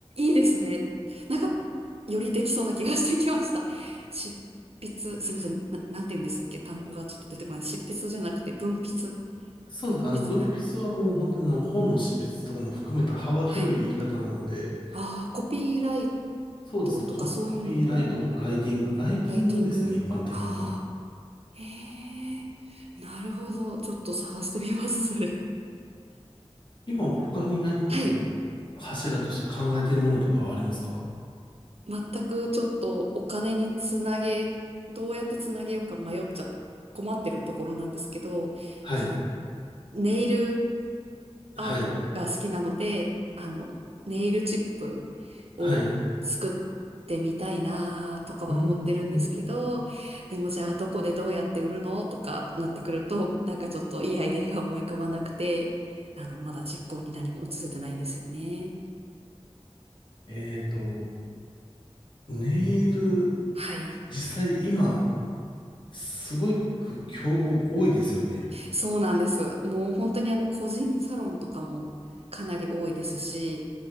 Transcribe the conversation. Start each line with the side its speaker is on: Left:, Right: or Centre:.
Right: いですね。なんか、よりできそうな気がしてきました。執筆、すいません。な、なんて言うんでしたっけ単語がちょっと出てこない。執筆じゃなくて、文筆。
Left: そうです。
Right: 文筆。
Left: あの、文筆はもう本当にあの本の執筆とかも含めた幅広い言い方なので、
Right: あ、はい。ああ、コピーライ
Left: そうです。
Right: トとかそういうのも、
Left: コピーライト、ライティング、ライティングですね、
Right: ライティング。
Left: 一般的には。
Right: ああ、へえ。なるほど。ちょっと探してみます、それ。
Left: 今他に何かこう、
Right: はい。
Left: 柱として考えてるものとかはありますか
Right: 全くちょっとお金につなげ、どうやってつなげようか迷っちゃ、困ってるところなんですけど、
Left: はい。
Right: そのネイル
Left: はい。
Right: アートが好きなので、あの、ネイルチップを作ってみたいなとかは思ってるんですけど、
Left: はい。うーん。
Right: でもじゃあどこでどうやって売るのとかなってくると、なんかちょっといいアイデアが思い浮かばなくて、あの、まだ実行に何も移せてないんですよね。
Left: えっと、ネイル、
Right: はい。
Left: 実際今、すごく競合多いですよね。
Right: そうなんです。もう本当にあの個人サロンとかもかなり多いですし、